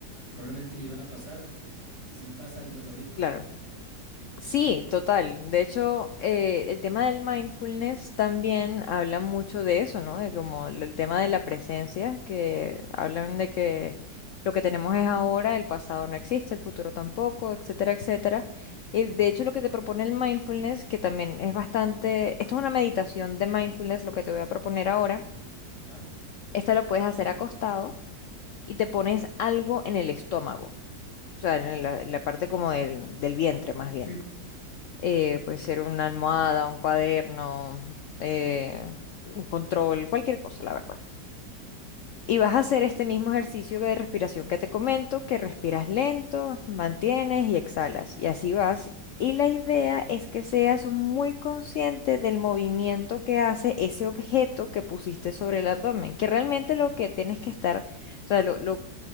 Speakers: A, on the left; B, on the left.
A: probablemente ni van a pasar. Y si pasan, no es ahorita.
B: claro. Sí, total. De hecho, eh, el tema del mindfulness también habla mucho de eso, ¿no? De como el el tema de la presencia, que hablan de que lo que tenemos es ahora, el pasado no existe, el futuro tampoco, etcétera, etcétera. Y de hecho, lo que te propone el mindfulness, que también es bastante, esto es una meditación de mindfulness, lo que te voy a proponer ahora,
A: ¿Ya?
B: esta lo puedes hacer acostado y te pones algo en el estómago, o sea, en la, en la parte como del del vientre más bien
A: Sí,
B: eh, puede ser una almohada, un cuaderno, eh, un control, cualquier cosa, la verdad. Y vas a hacer este mismo ejercicio de respiración que te comento, que respiras lento, mantienes y exhalas. Y así vas. Y la idea es que seas muy consciente del movimiento que hace ese objeto que pusiste sobre el abdomen, que realmente lo que tienes que estar, o sea, lo, lo-